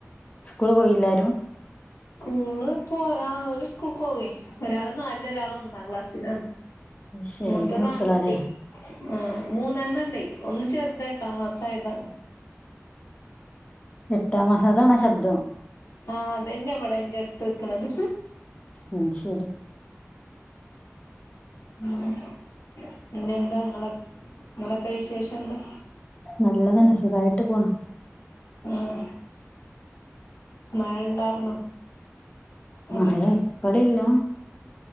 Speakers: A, on the left; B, on the left.
A: സ്കൂൾ പോയില്ലാരും
B: സ്കൂള് പോ ആ ഓല് സ്കൂൾക്കൊകെ ഒരാള് നാലിലും ഒരാള് ഒന്നാം ക്ലാസ്
A: ശരി
B: മുത്തതാൺക്കുട്ടി
A: വല്യ മക്കളാല്ലേ
B: ആ മൂന്നണ്ണ ഒന്ന് ചെറുതെട്ടാമസായതാ
A: ഏട്ടാ മസാധനാ ശബ്ദം
B: ആ അതന്നെ ഇവിടെ എന്റെട്ത്ത് ക്കണത്
A: ഉം ശരി
B: ഉം പിന്നെന്താ നിങ്ങള നിങ്ങളക്ക വിശേഷം എന്താ
A: നല്ലതന്നെ സുഖായിട്ട് പോണ്
B: ഉം മഴ ഇണ്ടാർന്നോ
A: മഴ
B: അതൊക്കെ
A: ഇപ്പളില്ല